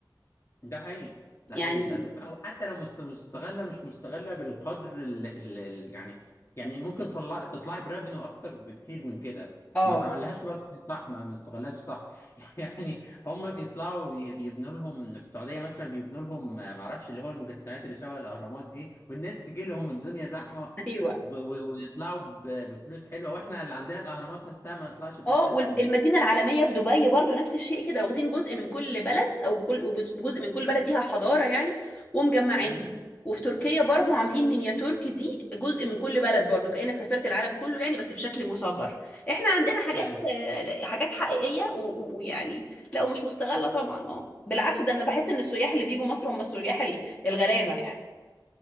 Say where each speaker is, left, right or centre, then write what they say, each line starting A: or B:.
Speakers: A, on the left; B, on the left.
A: ده حقيقي ده
B: يعني
A: حقيقي للاسف او حتى لو مست- مستغله مش مستغله بالقدر ال... ال... ال... يعني يعني ممكن تطلع تطلعي بريفينيو اكتر بكتير من كده
B: اه
A: ما تعملهاش ماركتنج صح ما ما استغلتش صح <laughs> يعني هم بيطلعوا بي- بيبنوا لهم في السعوديه مثلا بيبنوا لهم آه، ما اعرفش اللي هو المجسمات اللي شبه الاهرامات دي والناس تجي لهم والدنيا زحمه
B: ايوه
A: <laughs> و... و... ويطلعوا ب... بفلوس حلوه واحنا اللي عندنا الاهرامات نفسها ما نطلعش بنفس
B: اه
A: الريفينيو
B: والمدينه
A: ده
B: العالميه في دبي برضو نفس الشيء كده واخدين جزء من كل بلد او كل جزء جزء من كل بلد ليها حضاره يعني ومجمعينها
A: امم
B: وفي تركيا برضو عاملين مينياتور دي جزء من كل بلد برضو كانك سافرت العالم كله يعني بس في شكل مصغر احنا عندنا حاجات
A: ايوه
B: آه، حاجات حقيقيه و- و- ويعني لا ومش مستغله طبعا اه بالعكس ده انا بحس ان السياح اللي بيجوا مصر هم السياح ال- الغلابه يعني